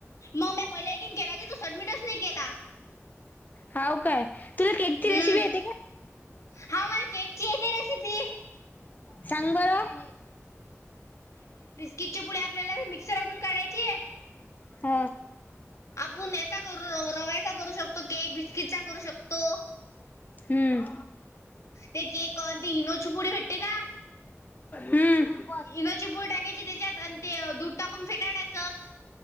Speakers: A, on the left; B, on the left.
A: म मी पहिल्यान केला की तू सडमिटच नाही केला.
B: हाव काय. तुला केकची
A: हम्म
B: रेसिपी येते काय?
A: हा मला केकची येते रेसिपी
B: सांग बरं.
A: बिस्कीटचे पुुडे आपल्याला मिक्सरातून काढायची आहे.
B: ह
A: आपण याचा करू रव्याचा करू शकतो केक बिस्कीटचा करू शकतो.
B: हम्म
A: ते केक आन ते इनोची पुडी भेटते ना.
B: हम्म
A: इनोची पूल टाकायची त्याच्यात आणि ते अ, दूध टाकून फेटाळ्यायच.